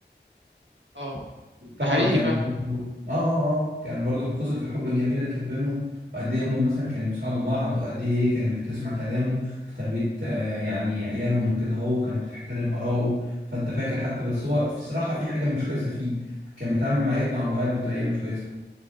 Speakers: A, on the right; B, on the right.
A: اه
B: طبعا
A: ده حقيقي
B: كان
A: فعلا
B: برضو- اه اه اه كان برضو قصة الحب الجميلة اللي كانت بينهم وقد ايه هم مثلا كانوا بيساعدوا بعض وقد ايه هي كانت بتسمع كلامه في تربية آه يعني عيالهم وكده هو وكانت بتحترم آراءه فانت فاكر حتى بس هو بصراحة في حاجة مش كويسة فيه كان بيتعامل مع ابن أبو وهاب بطريقة مش كويسة